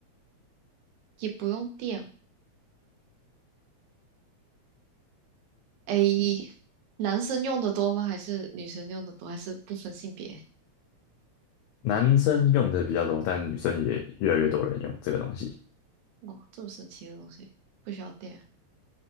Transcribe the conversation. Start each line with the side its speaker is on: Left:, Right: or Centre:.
Right: 也不用电。A，男生用的多吗？还是女生用的多？还是不分性别？
Left: 男生用的比较多，但女生也越来越多人用这个东西。
Right: 哇，这么神奇的东西，不需要电，